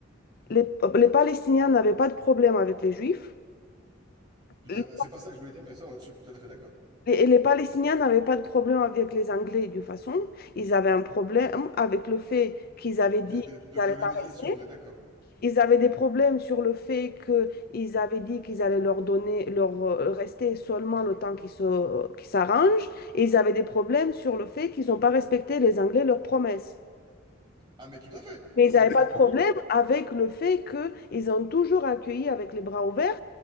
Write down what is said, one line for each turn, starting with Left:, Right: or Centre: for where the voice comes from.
Left: les, les Palestiniens n'avaient pas de problème avec les Juifs.
Right: Tout
Left: Les
Right: à- C'est pas ça que je voulais dire, mais ça, on- je suis tout à fait d'accord.
Left: Et les Palestiniens n'avaient pas de problème avec les Anglais d'une façon. Ils avaient un problème avec le fait qu'ils avaient dit
Right: De, de
Left: qu'ils
Right: de
Left: n'allaient
Right: colonisation,
Left: pas rester.
Right: on est d'accord.
Left: Ils avaient des problèmes sur le fait qu'ils avaient dit qu'ils allaient leur donner, leur euh, rester seulement le temps qu'ils se, qu'ils s'arrangent. Et ils avaient des problèmes sur le fait qu'ils n'ont pas respecté les Anglais leurs promesses.
Right: Ah mais tout à fait,
Left: Mais
Right: c'est
Left: ils n'avaient
Right: exactement
Left: pas de problème avec le fait qu'ils ont toujours accueilli avec les bras ouverts